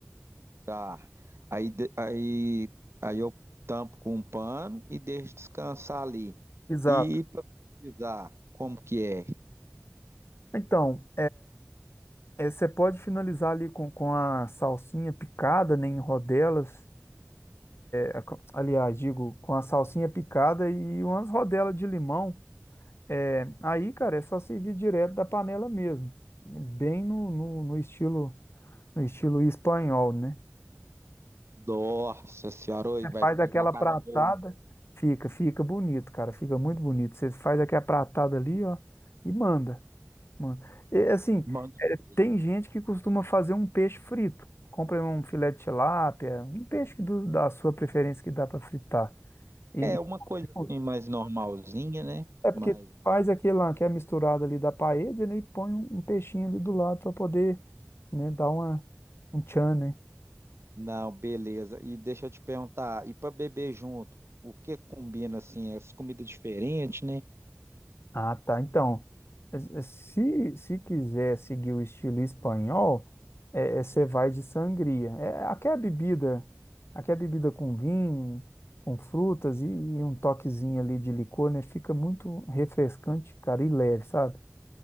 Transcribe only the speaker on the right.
Tá. Aí, de- aí, aí eu tampo com um pano e deixo descansar ali.
E para pesquisar, como que é?
Nossa senhora, oi, vai
ficar
com a cara
boa.
Manda um
vídeo.
É uma coisa
assim mais normalzinha, né?
Mas
não, beleza. E deixa eu te perguntar, e para beber junto, o que combina assim? As comidas diferentes, né?